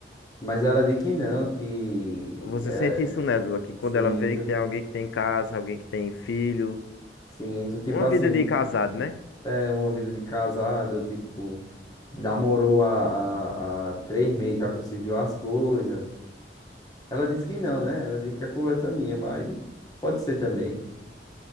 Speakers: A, on the left (about 20°); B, on the left (about 75°).
A: Mas ela diz que não, que.
B: Você
A: É,
B: sente isso nela, que quando
A: sinto,
B: ela vê que tem alguém que tem casa, alguém que tem filho,
A: sinto. Tipo
B: uma
A: assim,
B: vida de casado, né?
A: é uma vida de casado, tipo, namorou há, há, há três meses, já conseguiu as coisas. Ela disse que não, né? Ela disse que é conversa minha, mas pode ser também.